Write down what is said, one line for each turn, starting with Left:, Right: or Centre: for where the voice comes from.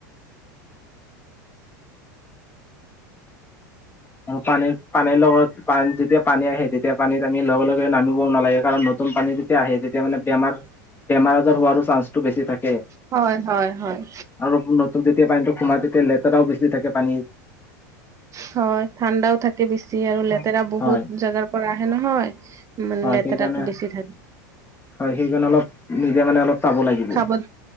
Left: আৰু পানীৰ পানীৰ লগত পানী যেতিয়া পানী আহে তেতিয়া পানীত আমি লগে লগে নামি নালাগে কাৰণ নতুন পানী যেতিয়া আহে তেতিয়া মানে বেমাৰ বেমাৰ হোৱাৰো চাঞ্চটো বেছি থাকে
Right: হয় হয় হয়
Left: আৰু নতুন যেতিয়া পানীটো সোমাই তেতিয়া লেতেৰাও বেছি থাকে পানীত
Right: হয় ঠাণ্ডাও থাকে বেছি আৰু
Left: হয়
Right: লেতেৰা বহুত
Left: হয়
Right: জেগাৰ পৰা আহে নহয় মানে
Left: হয়
Right: লেতেৰাতটো
Left: সেইকাৰণে
Right: বেছি থাকে
Left: হয় সেইকাৰণে অলপ নিজে মানে অলপ চাব লাগিব
Right: খাবত